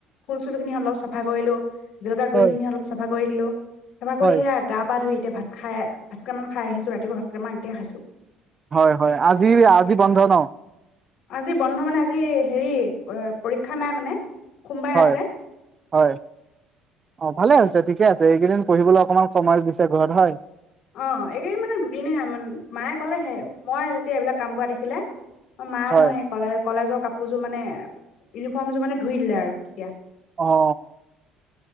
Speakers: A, on the left; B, on the right.
A: ফুল চুল খিনি অলপ চাফা কৰিলো। জলকিয়া
B: হয়
A: গুৰিখিনি অলপ চাফা। কৰি দিলো। চফা কৰি
B: হয়
A: সেয়া, গা পা ধুই। এতিয়া ভাত খাই ভাতকেটামান খাই আহিছো। ৰাতিপুৱা ভাত কেইটামান এতিয়া খাইছো
B: হয় হয়, আজি আজি বন্ধ ন?
A: আজি বন্ধ মানে, আজি হেৰি পৰীক্ষা নাই মানে। সোমবাৰে
B: হয়
A: আছে
B: হয়। অঁ ভালে হৈছে ঠিকে আছে, এইকেইদিন পঢ়িবলৈ অকমান সময় দিছে ঘৰত হয়।
A: অঁ, এইকেইদিন মানে দুদিনমান মায়ে ক'লে হে' মই যেতিয়া এইবিলাক কাম কৰা দেখিলে। মা
B: হয়
A: মোৰ সে কলে কলেজৰ কাপোৰ <unintelligible> কাপোৰযোৰ মানে ইউনিফৰ্ম যোৰ মানে ধুই দিলে আৰু তেতিয়া।
B: অঁ